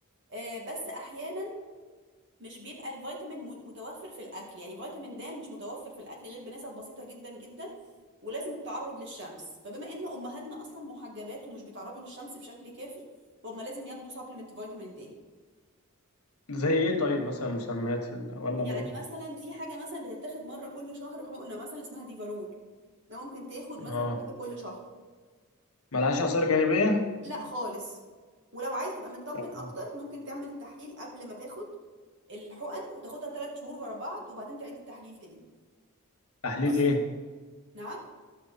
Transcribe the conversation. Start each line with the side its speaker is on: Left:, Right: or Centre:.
Right: آه، بس أحيانا مش بيبقى الفيتامين م- متوفر في الأكل يعني فيتامين د مش متوفر في الأكل غير بنسب بسيطة جدا جدا ولازم التعرض للشمس فبما إن أمهاتنا أصلا محجبات ومش بيتعرضوا للشمس بشكل كافي فهم لازم ياخدوا سبلمنت فيتامين د
Left: زي ايه طيب مثلا مسميات في ال... ولا
Right: يعني
Left: ما...
Right: مثلا في حاجة مثلا بتتاخد مرة كل شهر حقنة مثلا اسمها ديفارول ده ممكن تاخد مثلا
Left: اه
Right: واحدة كل شهر
Left: ملهاش اثار جانبيه
Right: لا خالص ولو عايز تبقى مطمن
Left: طب
Right: اكتر ممكن تعمل التحليل قبل ما تاخد الحقن وتاخدها ثلاث شهور ورا بعض وبعدين تعيد التحليل تاني
Left: تحليل
Right: <laughs>
Left: ايه
Right: نعم